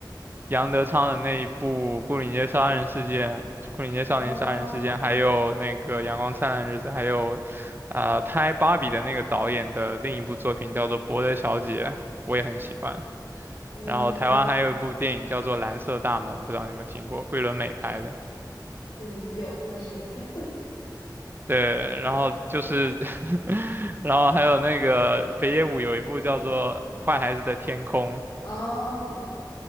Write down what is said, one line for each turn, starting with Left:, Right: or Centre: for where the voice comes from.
Right: 杨德昌的那一部《牯岭街杀人事件》《牯岭街少年杀人事件》，
Left: 哦，
Right: 还有那个《阳光灿烂的日子》，还有，呃，拍《芭比》的那个导演的另一部作品叫做《伯德小姐》，我也很喜欢。
Left: 嗯
Right: 然后台湾还有一部电影叫做《蓝色大门》，不知道你有没有听过，桂纶镁拍的。
Left: 嗯，有，但是我没看。
Right: 对，然后就是 <laughs> 然后还有那个北野武有一部叫做《坏孩子的天空》，
Left: <laughs> 哦，